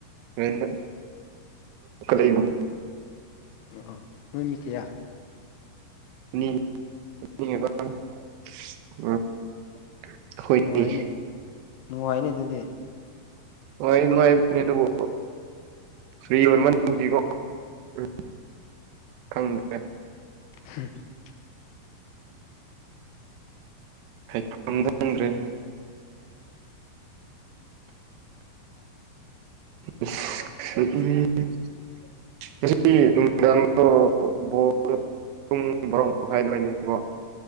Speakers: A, on the right; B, on the left.
A: ꯔ‌ꯦꯟꯗ <inaudible>
B: ꯑꯣ ꯅꯣꯏ ꯃꯤ ꯀꯌꯥ
A: <inaudible> ꯑꯩꯈꯣꯏꯒꯤ
B: ꯅꯨꯡꯉꯥꯏꯅꯤ ꯅꯨꯡꯉꯥꯏꯅꯤ ꯑꯗꯨꯗꯤ
A: ꯅꯨꯡꯉꯥꯏ ꯅꯨꯡꯉꯥꯏꯕꯅꯤ ꯑꯗꯨꯕꯨ ꯐꯔꯤ ꯑꯣꯏꯃꯟ <inaudible> ꯗꯤꯀꯣ ꯎꯝ ꯈꯪꯗ꯭ꯔꯦ <inaudible>
B: <unintelligible>
A: ꯍꯥꯏꯐꯝ ꯈꯪꯗ꯭ꯔꯦ ꯑꯁ <inaudible> ꯉꯁꯤ ꯅꯨꯃꯤꯗꯥꯡꯗꯣ ꯕ‌ꯣꯜ ꯄꯨꯡ ꯕꯔ‌ꯣꯃꯈꯥꯏ ꯗꯨꯋꯥꯏꯅꯤꯀꯣ